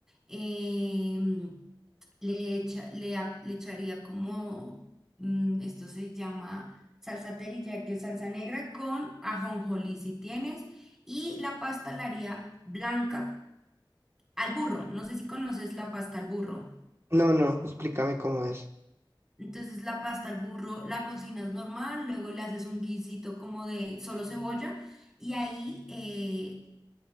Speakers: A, in the centre; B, on the right.
A: Em, le, echa- le, a- le echaría como, mm, esto se llama salsa teriyaki o salsa negra con ajonjolí si tienes. Y la pasta la haría blanca al burro. No sé si conoces la pasta al burro.
B: No, no, explícame cómo es.
A: Entonces la pasta al burro la cocinas normal, luego le haces un guisito como de solo cebolla y ahí eh,